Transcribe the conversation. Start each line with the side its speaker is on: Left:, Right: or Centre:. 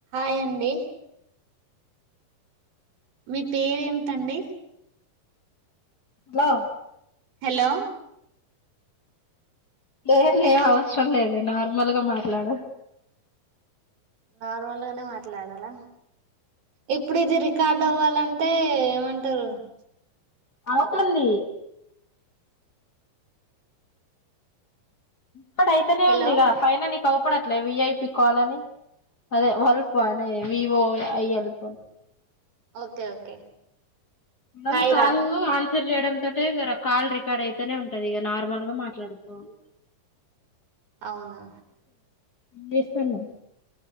Right: Hi అండి మీ పేరేంటండి
Left: లో
Right: హలో
Left: పేర్లేం
Right: హలో
Left: అవసరం లేదు నార్మల్గా మాట్లాడు
Right: నార్మల్ గనే మాట్లాడాలా ఇప్పుడు ఇది రి కార్డ అవ్వాలంటే ఏమంటరు
Left: అవుతుంది కాడ అయితనే
Right: హలో
Left: ఉందిగ పైన నీక్ అవుపడట్లే విఐపి కాలని అదే వలపనే వివో ఐఎల్ ఫ
Right: ఓకే ఓకే
Left: అ
Right: హాయ్
Left: కాల్
Right: రా
Left: ను ఆన్ చేయడతోనే ఇగా కాల్ రికార్డ్ అయితేనే ఉంటది ఇక నార్మల్ గా మాట్లాడుకోవాలి
Right: అవునా
Left: ఎంచేస్తున్నావ్